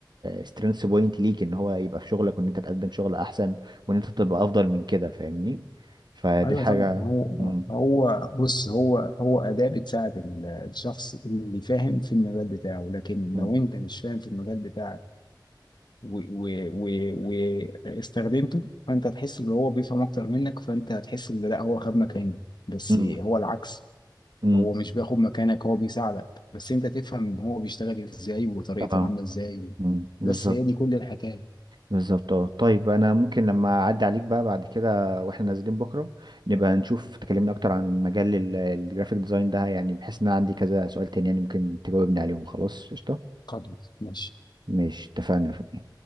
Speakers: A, on the right (about 65°); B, on the left (about 65°).
A: سترينث بوينت ليك ان هو يبقى في شغلك وان انت تقدم شغل احسن وان انت تبقى افضل من كده فاهمني فدي
B: ايوه
A: حاجة
B: طبعا هو
A: مم.
B: هو بص هو هو اداه بتساعد ال- الشخص اللي فاهم في المجال بتاعه لكن
A: مم.
B: لو انت مش فاهم في المجال بتاعك واستخدمته فانت هتحس ان هو بيفهم اكتر منك فانت هتحس ان لا هو خد مكاني بس
A: مم.
B: هو العكس
A: مم.
B: هو مش بياخد مكانك هو بيساعدك بس انت تفهم هو بيشتغل ازاي وطريقته
A: اه
B: عامله ازاي
A: مم. بالظبط
B: بس هي دي كل الحكايه
A: بالظبط اه طيب انا ممكن لما اعدي عليك بقى بعد كده واحنا نازلين بكرة نبقى نشوف تكلمنا اكتر عن مجال ال- الجرافيك ديزاين ده يعني بحيث ان انا عندي كذا سؤال تاني يعني ممكن تجاوبني عليهم خلاص قشطة
B: خلاص ماشي
A: مش اتفقنا